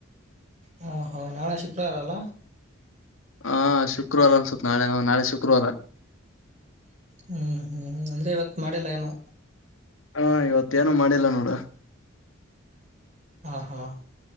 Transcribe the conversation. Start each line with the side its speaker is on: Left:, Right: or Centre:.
Right: ಹಾ ಹ ನಾಳೆ ಶುಕ್ರವಾರ ಅಲ್ಲ
Left: ಹಾ ಶುಕ್ರವಾರ ಅನ್ಸತ್ ನಾಳೆ ನಾಳೆ ಶುಕ್ರವಾರ
Right: ಹ್ಮ್ ಹ್ಮ್ ಅಂದ್ರೆ ಇವತ್ ಮಾಡಿಲ್ಲ ಏನು
Left: ಹಾ ಇವತ್ತ ಏನು ಮಾಡಿಲ್ಲ ನೋಡ
Right: ಹ ಹಾ